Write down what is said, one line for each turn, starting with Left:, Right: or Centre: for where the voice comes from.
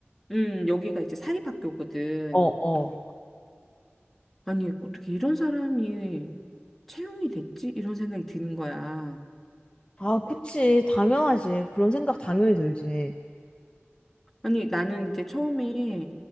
Centre: 음, 여기가 이제 사립학교거든.
Left: 어, 어.
Centre: 아니, 어떻게 이런 사람이 채용이 됐지? 이런 생각이 드는 거야.
Left: 아, 그치. 당연하지. 그런 생각 당연히 들지.
Centre: 아니, 나는 이제 처음에